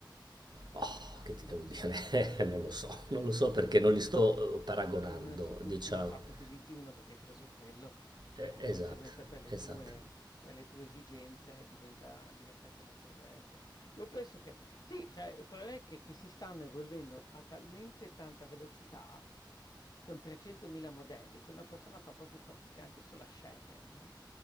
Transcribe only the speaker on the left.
Mh,
non
lo sai.
Mhmm, se tu
tu di fatto utilizzi uno perché hai preso quello e
di
conseguenza per le
tue per le tue esigenze diventa diventa anche maggiore que io penso che sì, cioè il problema è che che si stanno evolvendo a talmente tanta velocità, con 300.000 modelli, che una persona fa proprio fatica anche solo a scegliere, no?